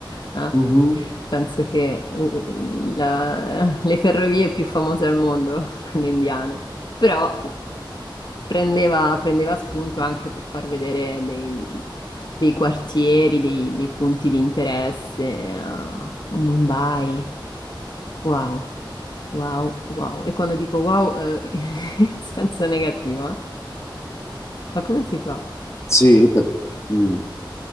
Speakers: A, on the left (about 55°); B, on the left (about 35°).
A: Ah,
B: Mhm.
A: penso che uh, la- le ferrovie più famose al mondo, <laughs> quelle indiane, però prendeva, prendeva spunto anche per far vedere dei, dei quartieri, dei, dei punti di interesse a a Mumbai. Wow, wow, wow. E quando dico wow, eh, <laughs> in senso negativo, eh? Ma come si fa?
B: Sì, perché, mm,